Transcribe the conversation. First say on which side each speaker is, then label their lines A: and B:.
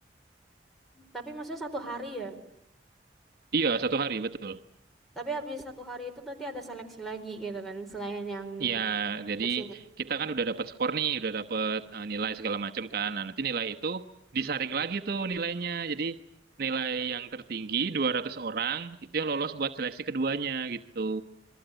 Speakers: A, in the centre; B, on the right.
A: Tapi maksudnya satu hari ya.
B: Iya, satu hari betul.
A: Tapi habis satu hari itu nanti ada seleksi lagi gitu kan, selain yang
B: Iya, jadi
A: tes ini.
B: kita kan udah dapat skor nih, udah dapat eh, nilai segala macam kan. Nah, nanti nilai itu disaring lagi tuh nilainya. Jadi nilai yang tertinggi 200 orang itu yang lolos buat seleksi keduanya gitu.